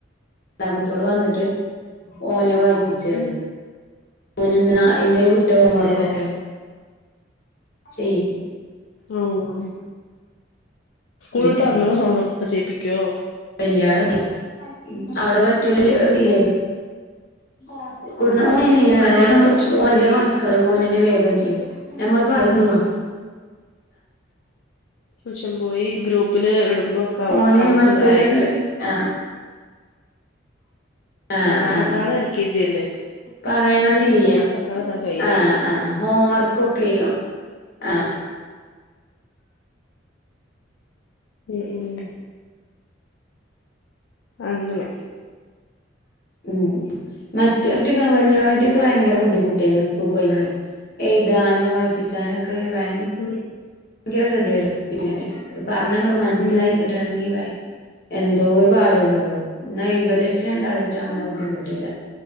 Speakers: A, on the left (about 50°); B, on the left (about 75°).
A: രണ്ടാമത്തോള് വന്നിട്ട് ഓന് വായിപ്പിച്ചാണ്
B: ഉം
A: ഓന് ന്ന് ഇന്ന് വിട്ട ഹോം
B: അതേല്ലേ
A: വർക്കൊക്കെ ചെയ്യി-
B: ഓന് സ്കൂൾ
A: ഉം
B: വിട്ട് വന്ന് ഹോംവർക്ക് ഒക്കെ ചെയ്യിപ്പിക്വോ?
A: ല്യ ആളല്ല അവടെ പറ്റൂലല്ലേ <unintelligible> ഓന് എങ്ങനെ
B: വലിയാള്
A: അറി ഓന്
B: ട്യൂഷൻ
A: ഓന്റെ
B: പോയി
A: വർക്ക് ആള് ഓനെന്നെ വേഗം ചെയ്യും നമ്മള് പലതുംവാ
B: <unintelligible> ഷം പോയി ഗ്രൂപ്പില് ഇടുമ്പോ ഒക്കെ അവൾക്ക്
A: ഓന്
B: അവൾക്ക്
A: മറ്റോലൊന്ന്
B: അയക്കും
A: ആ ങാ...
B: രണ്ടാമത്തെ
A: ങാ...
B: ആള് എൽ കെ ജി അല്ലേ
A: പറയണംന്നില്ല.
B: മൂന്നാമത്തെ ആള് ഇതാ കയ്യിലുണ്ട്
A: ങാ.. ങാ.. ഹോം വർക്കൊക്കെയ്യോ ങാ..
B: മ്മ്മ്..... അങ്ങനെ..
A: മ്മ്.. മ്മ്.. മറ്റോന്ട്ടൊക്കെ വല്യോളെറ്റൊക്കെ ഭയങ്കര ബുദ്ധിമുട്ടേയ്‌നു സ്കൂൾക്കോയിനേന്. എയ്താനും, വായിപ്പിച്ചാനുക്കെ വയ
B: ഉം
A: ങ്കര ഗതിയേടേയ്‌നു പിന്നെ പറഞ്ഞങ്ങട് മനസ്സിലായി
B: ഉം
A: കിട്ടേണെങ്കി വയ്‌ എന്തോരു... പാടായ്‌ര്ന്നറ്യോ.. ഇന്നാ ഇബലറ്റ് രണ്ടാളേറ്റും അങ്ങനെ ബുദ്ധിമുട്ടില്ല.